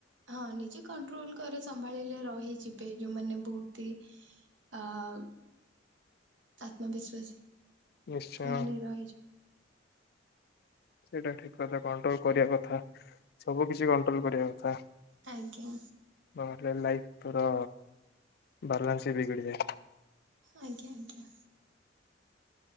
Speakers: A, on the right (about 85°); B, on the left (about 55°).
A: ହଁ ନି ଯିଏ କଣ୍ଟ୍ରୋଲ କରେ ସମ୍ଭାଳିଲେ ରହିଯିବେ ଯୋଉମାନେ ବହୁତ ଆମେ ଆତ୍ମବିଶ୍ଵାସୀ
B: ନିଶ୍ଚୟ
A: ସେମାନେ ରହିଛି।।
B: ସେଇଟା ଠିକ କଥା କଣ୍ଟ୍ରୋଲ କରିବା କଥା ସବୁ କିଛି କଣ୍ଟ୍ରୋଲ କରିବା କଥା।
A: ଆଜ୍ଞା
B: ନହେଲେ ଲାଇଫି ପୁରା ବାଲାନ୍ସ ହିଁ ବିଗିଡିଯାଏ।
A: ଆଜ୍ଞା ଆଜ୍ଞା।